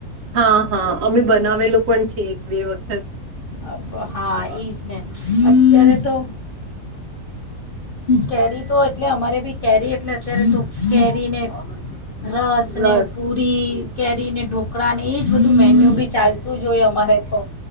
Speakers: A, on the right; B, on the left.
A: હા, હા અમે બના વેલું પણ છે એક બે વખત.
B: અપ- હા એ જ ને અત્યારે તો કેરી તો એટલે અમારે ભી કેરી એટલે અત્યારે તો કેરીને રસને,
A: રસ
B: પૂરી કેરીને ઢોકળા ને એજ બધું મેન્યુ બી ચાલ તું જ હોઈ અમારે તો.